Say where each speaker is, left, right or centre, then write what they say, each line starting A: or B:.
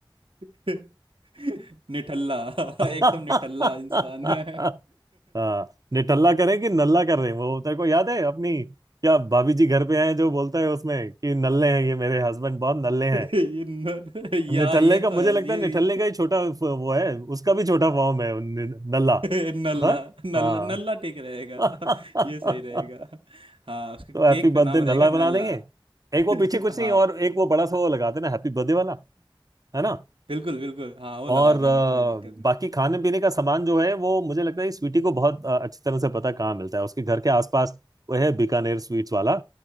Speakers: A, on the right; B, on the right.
A: <laughs> निठल्ला
B: <laughs>
A: एकदम निठल्ला इंसान है
B: हाँ निठल्ला करें कि नल्ला कर रहे हैं वो तेरे को याद है अपनी क्या भाभी जी घर पे आए जो बोलता है उसमें कि नल्ले हैं ये मेरे हस्बैंड बहुत नल्ले
A: <laughs>
B: हैं
A: ये न, या
B: निठल्ले
A: ये
B: का मुझे
A: तो है
B: लगता
A: ये
B: है निठल्ले का ही छोटा फ- वो है उसका भी छोटा फॉर्म है नि- नल्ला
A: <laughs> नल्ला
B: ना
A: नल्ला
B: हाँ
A: नल्ला ठीक रहेगा
B: <laughs>
A: <laughs> ये सही रहेगा
B: तो
A: हाँ उसके केक
B: हैप्पी
A: पे
B: बर्थडे
A: नाम
B: नल्ला
A: रहेगा नल्ला
B: बना देंगे एक
A: <laughs>
B: वो पीछे कुछ
A: हाँ
B: नहीं और एक वो बड़ा सा वो लगा देना हैप्पी बर्थडे वाला है ना
A: बिल्कुल बिल्कुल हाँ वो लगा
B: और
A: देंगे
B: अ,
A: कोई दिक्कत नहीं
B: बाकी खाने पीने का सामान जो है वो मुझे लगता है इस स्वीटी को बहुत अ, अच्छी तरह से पता है कहाँ मिलता है उसके घर के आसपास वो है बीकानेर स्वीट्स वाला